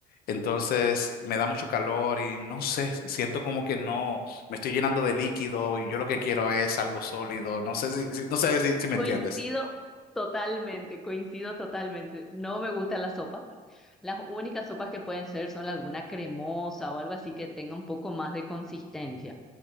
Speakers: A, on the left; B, in the centre.
A: Entonces, me da mucho calor y no sé, siento como que no, me estoy llenando de líquido y yo lo que quiero es algo sólido. No sé si, si- no sé si si me
B: Coincido
A: entiendes.
B: totalmente, coincido totalmente, no me gusta la sopa Las únicas sopas que pueden ser son alguna cremosa o algo así que tenga un poco más de consistencia.